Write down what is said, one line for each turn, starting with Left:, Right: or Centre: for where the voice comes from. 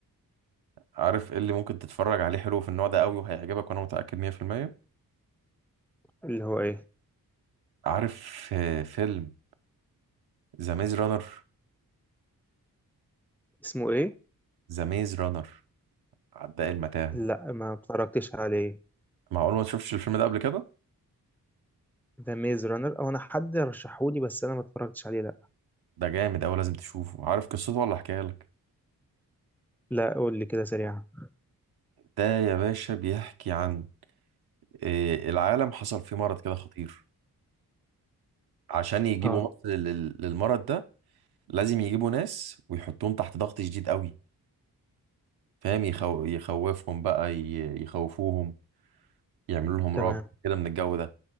Right: عارف ايه اللي ممكن تتفرج عليه حلو في النوع ده قوي وهيعجبك وانا متاكد 100%
Centre: اللي هو إيه
Right: عارف آه، فيلم ذا ميز رانر
Centre: اسمه إيه؟
Right: ذا ميز رانر عداء المتاهه
Centre: لا ما اتفرجتش عليه
Right: معقول ما تشوفش الفيلم ده قبل كده
Centre: ده ميز رانر أو أنا حد رشحهولي بس أنا ما اتفرجتش عليه لا
Right: ده جامد قوي لازم تشوفه عارف قصته ولا احكيها لك
Centre: لا قول لي كده سريعا
Right: ده يا باشا بيحكي عن آه، العالم حصل فيه مرض كده خطير عشان يجيبوا
Centre: اه
Right: مصل لل- للمرض ده لازم يجيبوا ناس ويحطوهم تحت ضغط شديد قوي فاهم يخو... يخوفهم بقى ي... يخوفوهم يعملوا لهم
Centre: تمام
Right: رعب كده من الجو ده